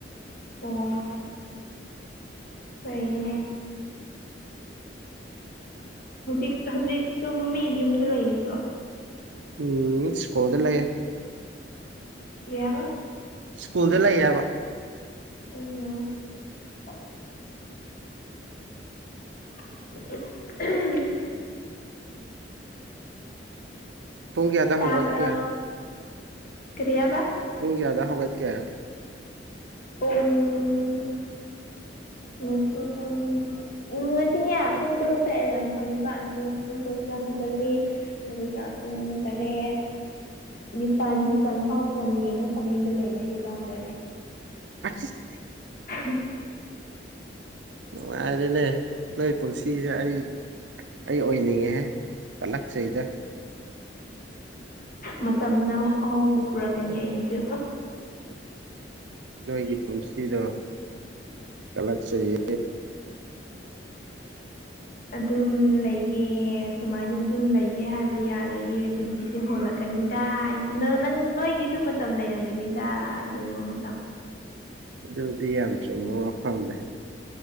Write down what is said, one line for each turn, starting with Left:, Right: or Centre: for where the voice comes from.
Left: ꯑꯣ ꯐꯩꯅꯦ ꯍꯧꯖꯤꯛ ꯍꯧꯖꯤꯛ ꯁꯨꯝ ꯃꯤꯒꯤ ꯌꯨꯝꯗ ꯂꯩꯕ꯭ꯔꯣ
Right: ꯎꯝ ꯁ꯭ꯀꯣꯜꯗ ꯂꯩꯌꯦ
Left: ꯀ꯭ꯔꯤ ꯍꯥꯏꯕ
Right: ꯁ꯭ꯀꯨꯜꯗ ꯂꯩ ꯍꯥꯏꯕ
Left: ꯑꯣ <unintelligible>
Right: ꯄꯨꯡ ꯀꯌꯥꯗ
Left: ꯇꯥꯕ꯭ꯔꯣ
Right: ꯍꯧꯒꯠꯀꯦ
Left: ꯀꯔꯤ ꯍꯥꯏꯕ
Right: ꯄꯨꯡ ꯀꯌꯥꯗ ꯍꯧꯒꯠꯀꯦ
Left: ꯄꯨꯡ ꯉꯁꯤ ꯄꯨꯡ ꯎꯝ‌ ꯉꯁꯤꯅꯦ ꯄꯨꯡ ꯇꯔꯨꯛꯇ ꯑꯦꯂꯥ꯭ꯔꯝ ꯊꯝꯃꯤꯕ ꯑꯗꯨ ꯄꯨꯡ ꯇꯔꯨꯛꯇ ꯍꯧꯒꯠꯂꯤ ꯑꯗꯨꯒ ꯄꯨꯡ ꯇꯔꯦꯠ ꯅꯤꯄꯥꯟ ꯅꯤꯄꯥꯟ ꯐꯥꯎ ꯐꯣꯟ ꯌꯦꯡꯉ ꯐꯃꯨꯡꯗ ꯂꯩꯔꯦ ꯑꯗꯨꯒ ꯍꯧꯒꯠꯂꯦ
Right: <unintelligible>
Left: <unintelligible>
Right: ꯅꯨꯡꯉꯥꯏꯔꯦꯅꯦ ꯅꯣꯏ ꯄꯨꯟꯁꯤꯖꯦ ꯑꯩ ꯑꯩ ꯑꯣꯏꯅꯤꯡꯉꯦꯍꯦ ꯀꯜꯂꯛꯆꯩꯗ
Left: ꯃꯇꯝꯅ ꯑꯍꯣꯡꯕ ꯄꯨꯔꯛꯀꯅꯤ ꯑꯩꯒꯤꯁꯨ
Right: ꯅꯣꯏꯒꯤ ꯄꯨꯟꯁꯤꯗꯣ ꯀꯜꯂꯛꯆꯩꯍꯦ
Left: ꯑꯗꯨꯝ ꯂꯩꯒꯦ ꯁꯨꯃꯥꯏꯅ ꯑꯗꯨꯝ ꯂꯩꯒꯦ ꯍꯥꯏꯕ ꯌꯥꯔꯣꯏꯌꯦ ꯄꯨꯟꯁꯤꯁꯦ ꯍꯣꯡꯂꯛꯀꯅꯤꯗꯥ ꯑꯩꯁꯨ ꯅꯪ ꯅꯪ ꯅꯣꯏꯒꯤꯁꯨ ꯃꯇꯝ ꯂꯩꯔꯝꯒꯅꯤꯗꯥ ꯑꯗꯨꯝꯕ ꯃ
Right: ꯑꯗꯨꯗꯤ ꯌꯥꯝ ꯆꯨꯝꯕ ꯋꯥꯐꯝꯅꯦ